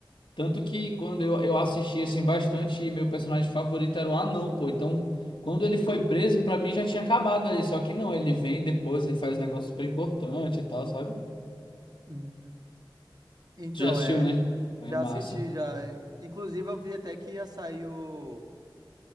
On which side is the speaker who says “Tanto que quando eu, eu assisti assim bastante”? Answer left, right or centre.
Left